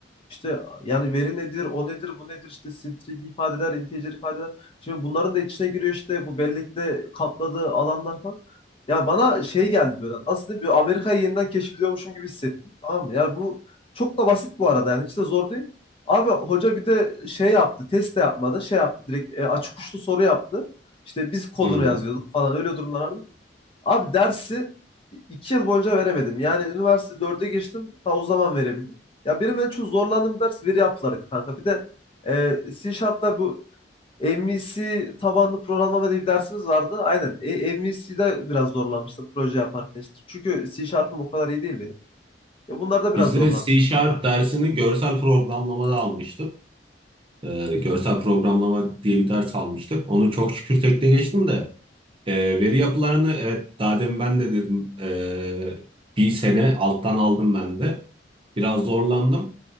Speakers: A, on the left; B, on the right.
A: İşte yani veri nedir, o nedir, bu nedir işte string ifadeler, integer ifadeler. Şimdi bunların da içine giriyor işte bu bellekte kapladığı alanlar falan. Ya bana şey geldi böyle. Nasıl diyeyim? böyle Amerika'yı yeniden keşfediyormuşum gibi hissettim. Tamam mı? Yani bu çok da basit bu arada yani hiç de zor değil. Abi hoca bir de şey yaptı. Test de yapmadı. Şey yaptı. Direkt e, açık uçlu soru yaptı. İşte biz kodunu
B: Hmm.
A: yazıyorduk falan öyle durumlar Abi dersi iki yıl boyunca veremedim. Yani üniversite dörde geçtim. Ta o zaman verebildim. Ya benim en çok zorlandığım ders veri yapılarıydı kanka. Bir de e, C Sharp'ta bu MVC tabanlı programlama diye bir dersimiz vardı. Aynen. E, MVC'de biraz zorlanmıştım proje yaparken işte. Çünkü C Sharp'ım o kadar iyi değil benim. Ya bunlarda biraz
B: Biz
A: zorlanmıştım
B: de C Sharp
A: kanka.
B: dersini görsel programlamada almıştık. Ee, görsel programlama diye bir ders almıştık. Onu çok şükür tekte geçtim de. Ee, veri yapılarını evet daha demin ben de dedim ee, bir sene alttan aldım ben de. Biraz zorlandım.